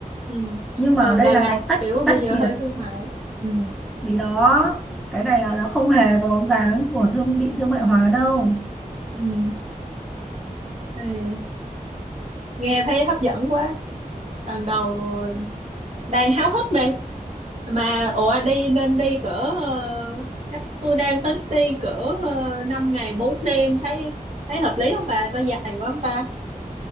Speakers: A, on the right; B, in the centre.
A: ừ
B: nhưng mà
A: Ừ,
B: ở đây
A: Đà
B: là
A: Lạt
B: nó tách
A: kiểu
B: tách
A: bây giờ
B: biệt
A: hơi thương mại ừ
B: vì đó cái này là nó không hề có bóng dáng của thương bị thương mại hóa đâu
A: ừ Ê, nghe thấy hấp dẫn quá lần đầu đang háo hức đây mà ủa đi nên đi cỡ ờ, chắc tôi đang tính đi cỡ uh, 5 ngày bốn đêm thấy thấy hợp lý không bà có dài quá không ta